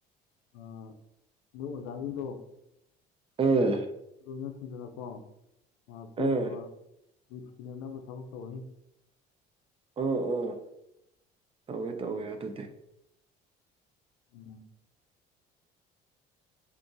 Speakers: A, on the left (about 85°); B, on the right (about 30°).
A: ꯑꯥ ꯅꫭꯏ ꯑꯣꯖꯥꯁꯤꯡꯗꯣ
B: ꯑꯥ
A: ꯑꯗꯨ ꯂꯣꯏꯅ ꯁꯟꯗꯅꯀꯣ ꯉꯥꯛꯄꯤꯅꯕ
B: ꯑꯥ
A: ꯅꯨꯡꯁꯤꯅꯅꯕ ꯊꯕꯛ ꯇꯧꯋꫭꯍꯦ꯫
B: ꯑꯣ ꯑꯣ꯫ ꯇꯧꯋꯦ-ꯇꯧꯋꯦ ꯑꯗꯨꯗꯤ꯫
A: ꯎꯝ